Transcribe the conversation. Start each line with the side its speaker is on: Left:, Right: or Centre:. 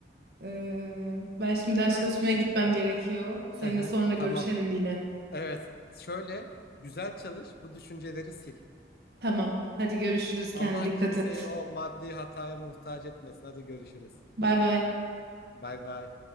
Right: eee, ben şimdi ders
Left: Yani
Right: çalışmaya
Left: iş
Right: gitmem
Left: Heh,
Right: gerekiyor. Seninle
Left: aha,
Right: sonra görüşelim
Left: tamam
Right: yine.
Left: Evet, şöyle güzel çalış, bu düşünceleri sil.
Right: Tamam. Hadi görüşürüz. Kendine
Left: Allah
Right: dikkat
Left: kimseyi
Right: et.
Left: o maddi hataya muhtaç etmesin. Hadi görüşürüz.
Right: Bay bay.
Left: Bay bay.